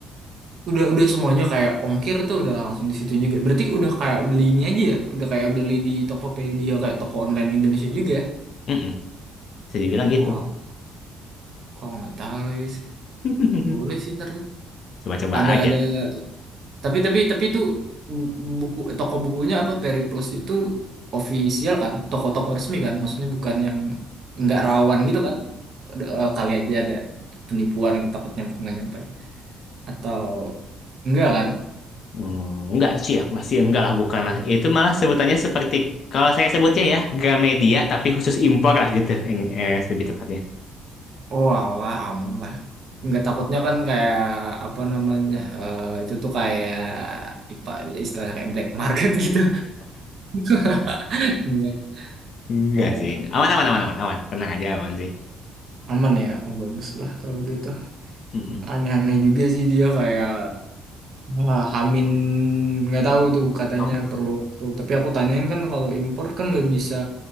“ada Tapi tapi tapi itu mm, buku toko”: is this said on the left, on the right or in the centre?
Right